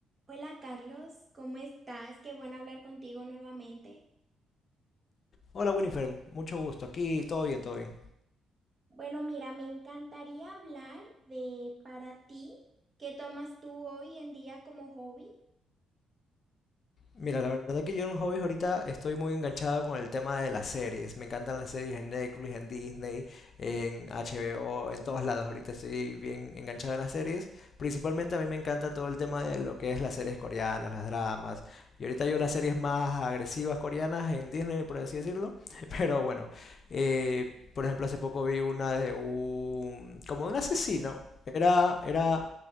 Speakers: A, on the right (about 35°); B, on the left (about 50°).
A: Hola Carlos, ¿cómo estás? Qué bueno hablar contigo nuevamente.
B: Hola Winifred, mucho gusto. Aquí todo bien, todo bien.
A: Bueno, mira, me encantaría hablar de para ti, ¿qué tomas tú hoy en día como hobby?
B: Mira, la verdad que yo en hobbies ahorita estoy muy enganchado con el tema de las series. Me encantan las series en Netflix, en Disney, en HBO, en todos lados. Ahorita estoy bien enganchado en las series. Principalmente a mí me encanta todo el tema de lo que es las series coreanas, las dramas. Y ahorita yo las series más agresivas coreanas en Disney, por así decirlo. <laughs> Pero bueno, eh, por ejemplo, hace poco vi una de un... como de un asesino. Era, era